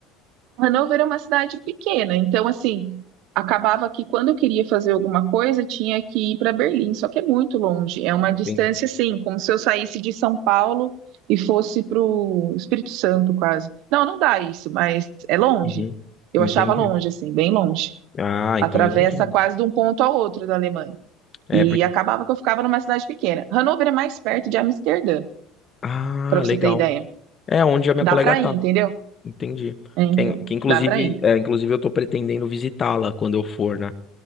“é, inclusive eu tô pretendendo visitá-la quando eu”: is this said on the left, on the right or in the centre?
Left